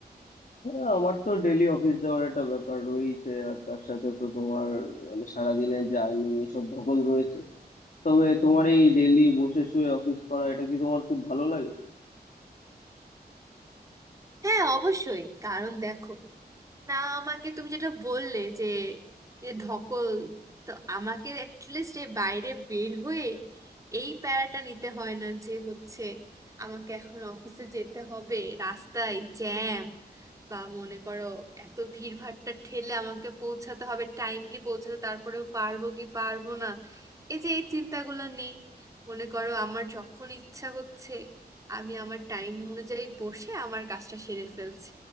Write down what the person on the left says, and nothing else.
হ্যাঁ, আমার তো ডেলি অফিস যাওয়ার একটা ব্যাপার রয়েছে আর তার সাথে তো তোমার মানে সারাদিনের জার্নি এসব ধকল রয়েছে তবে তোমার এই ডেলি বসে শুয়ে অফিস করা এটা কি তোমার খুব ভালো লাগে